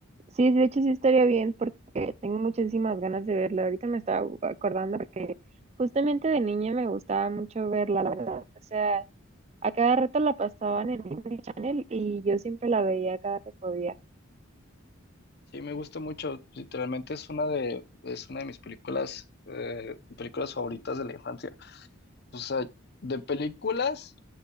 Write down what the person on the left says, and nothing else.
Sí, me gusta mucho. Literalmente es una de, es una de mis películas, eh, películas favoritas de la infancia. O sea, de películas